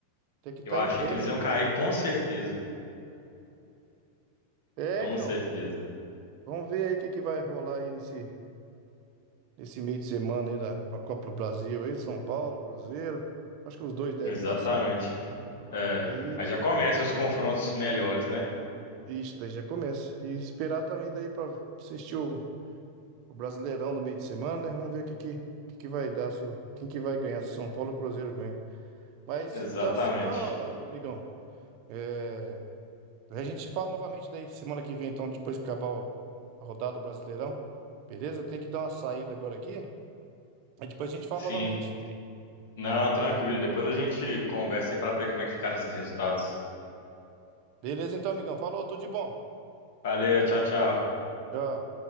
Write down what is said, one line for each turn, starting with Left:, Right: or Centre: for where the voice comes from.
Right: Até que tá
Left: Eu achei
Right: indo bem,
Left: que eles iam
Right: né?
Left: cair com certeza.
Right: É,
Left: Com
Right: então.
Left: certeza.
Right: Vamos ver aí o que que vai rolar aí nesse. Nesse meio de semana aí da, com a Copa do Brasil aí, São Paulo, Cruzeiro. Acho que os dois devem
Left: Exatamente.
Right: passar.
Left: É.
Right: E
Left: Aí já começam os confrontos melhores, né?
Right: isso, daí já começa. E esperar também daí para assistir o, o Brasileirão no meio de semana, né? Vamos ver o que, que, que, que vai dar, se, o- quem que vai ganhar, se o São Paulo ou o Cruzeiro ganha. Mas
Left: Exatamente.
Right: e tá assim, então, amigão. É, a gente se fala novamente daí semana que vem, então, depois que acabar o- a rodada do Brasileirão. Beleza? Eu tenho que dar uma saída agora aqui. Aí depois a gente fala
Left: Sim.
Right: novamente.
Left: Não, tranquilo. Depois a gente conversa aí pra ver como é que ficaram esses resultados.
Right: Beleza, então, amigão. Falou, tudo de bom.
Left: Valeu, tchau, tchau.
Right: Tchau.